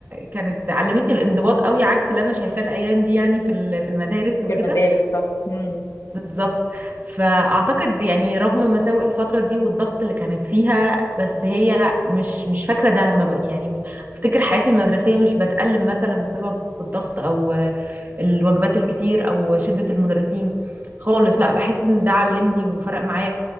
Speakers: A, on the right; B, on the left.
A: كانت علمتني الانضباط قوي عكس اللي انا شايفاه الايام دي يعني في ال- في المدارس وكده
B: في المدارس صح مم.
A: بالظبط فاعتقد يعني رغم مساوئ الفتره دي والضغط اللي كانت فيها بس هي مش مش فاكره ده ما ب- يعني افتكر حياتي المدرسيه مش بتألم مثلا بسبب الضغط او آه، الوجبات الكتير او شده المدرسين خالص لا بحس ان ده علمني وفرق معايا